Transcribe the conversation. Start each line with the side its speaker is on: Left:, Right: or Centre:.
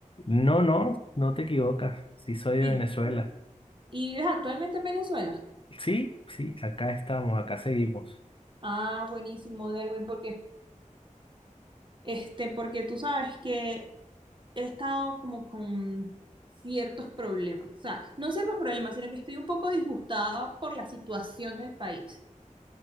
Left: No, no, no te equivocas, sí soy
Right: ¿Y,
Left: de Venezuela.
Right: y vives actualmente en Venezuela?
Left: Sí, sí, acá estamos, acá seguimos.
Right: Ah, buenísimo, Derwin, porque, este, porque tú sabes que he estado como con ciertos problemas. O sea, no ciertos problemas, sino que estoy un poco disgustada por la situación del país.